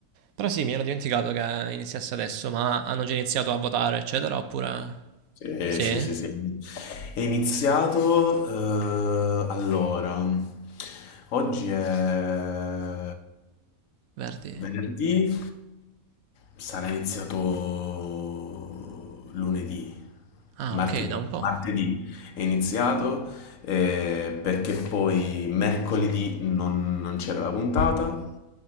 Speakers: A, on the right; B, on the left.
A: Però sì, mi ero dimenticato che iniziasse adesso, ma hanno già iniziato a votare, eccetera, oppure...
B: Sì,
A: Sì?
B: sì, sì, sì. È iniziato, eh, allora, oggi è
A: Verdi?
B: venerdì, sarà iniziato lunedì,
A: Ah,
B: martedì,
A: ok, da un po'.
B: martedì è iniziato eh, perché poi mercoledì non, non c'era la puntata,